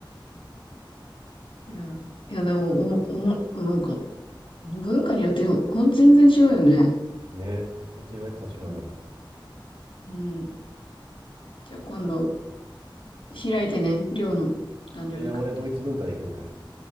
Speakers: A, on the left; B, on the right.
A: いや、いや、でも、おも、おも、なんか、文化によってほん、全然違うよね。
B: う。ね。ほんと弱いことは違うよな。
A: うん。うんじゃあ今度開いてね、りょうの誕生日会。
B: いや、俺ドイツ文化で行くんかい。